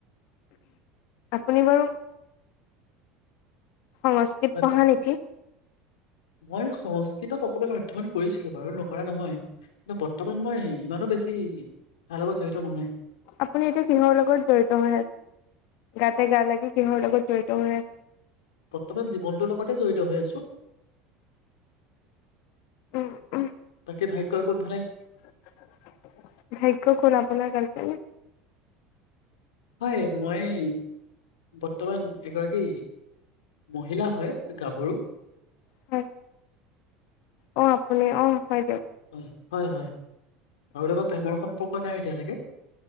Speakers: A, on the left; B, on the left.
A: আপুনি বাৰু সংস্কত
B: হয়,
A: পঢ়া নেকি
B: মই সহজ অকণমান অধ্যয় কৰিছিলো বাৰু নকৰা নহয় কিন্ত বৰ্তমান মই ইমানো বেছি তাৰ লগত জড়িত নহয়
A: আপুনি এতিয়া কিহৰ লগত জড়িত হৈ আছে? গাতে গা লাগি কিহ লগোকো জড়িত হৈ আ
B: বৰ্তমান জীৱনটোৰ লগতে জড়িত হৈ আছোঁ।
A: উম, উম।
B: কি ভাগ্যই ক'ত
A: <unintelligible> ভাগ্য কোন আপোনাৰ কাৰণ উম।
B: হয় মই বৰ্তমান এগৰাকী মহিলা হয়। গাভৰু
A: হয় অ', আপুনি অ', হয় দিয়ক।
B: উম, হয়, হয়। কাৰো লগত প্ৰেমৰ সম্পৰ্ক নাই এতিয়ালৈকে।